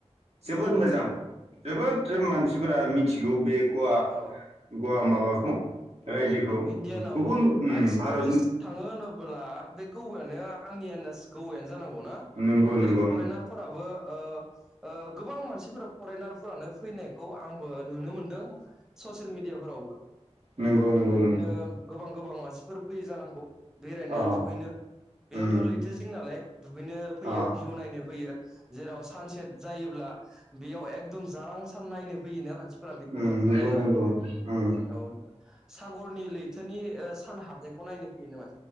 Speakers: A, on the right (about 70°); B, in the centre.
A: जोबोद
B: पानाजि
A: मोजां जोबोद
B: औ
A: मानसिफोरा मिथिगौ बे गवा
B: औ
A: गवा माबाखौ रायजोखौ
B: औ इण्डियानाव
A: गुबुन
B: हाइस्टुरिस्ट
A: भारतनि
B: थाङो होनोब्ला जला बे गौवायानो आंनि आन्द गौवयानो जानांगौनाा
A: नंगौ नंगौ
B: बेले
A: उम
B: फरेनारफोराबो ओ ओ गोबां मानसिफोरा फरेनारफोरानो फैनायखौ आंबो नुनो मोनदों ससियेल मिडियाफोरावबो
A: नंगौ नंगौ
B: बिदिनो
A: नोंथां
B: गोबां गोबां मानसिफोर फैय जानांगौ बेरायनो
A: अ
B: दुगैनो बेयावथ'
A: उम
B: लैथो जिं नालाय दुगैनो
A: अ
B: फैयो भिउ नायनो फैयो जेराव सानसेट जायोब्ला बेयाव एकदम जारां सान नायनो फैयोना मानसि फोर बेखौबो
A: उम
B: आं खोनायो
A: नंगौ नंगौ उम उम
B: औ सागरनि लैथोनि सान हाबनायखौ नायनो फैयो नामा